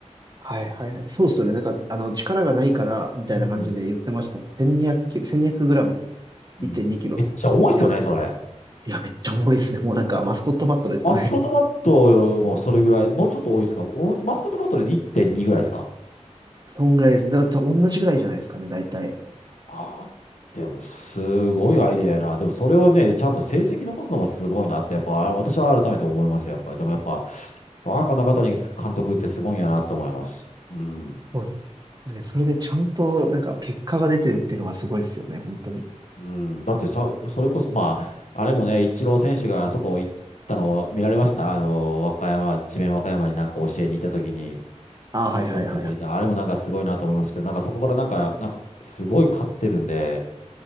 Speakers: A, on the right; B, on the left.
A: はいはいはい。そうっすよね。なんか、あの、力がないから、みたいな感じで言ってましたね。
B: うん。
A: 1200キロ、1 2 0グラム、
B: うん。
A: 1.2キロ。
B: めっちゃ重いですよね、
A: いや、
B: それ。
A: いや、めっちゃ重いですね。もうなんか、
B: だって、
A: マスコットバットですよね。
B: マスコットバットもそれぐらい、もうちょっと多いですかおマスコットバットで1.2ぐらいですか
A: <laughs> そんぐらいです。だから、同じぐらいじゃないですかね、大体。
B: ああでも、すごいアイデアやな。でも、それをね、ちゃんと成績残すのもすごいなって、やっぱ、あ私は改めて思いますよ、やっぱり。でも、やっぱ、あ、なんか中谷監督ってすごいんやなって思います。うん。
A: そうねそれでちゃんと、なんか、結果が出てるっていうのがすごいですよね、本当に。
B: うん、だってさ、それこそ、まあ、あれもね、イチロー選手があそこ行ったのを見られましたあの、和歌山、智弁和歌山になんか教えに行った時に、
A: ああ、
B: イチロー選手がいた。
A: はいはいはいはい。
B: あれもなんかすごいなと思いましたけど、なんかそこからなんか、なんかすごい勝ってるんで、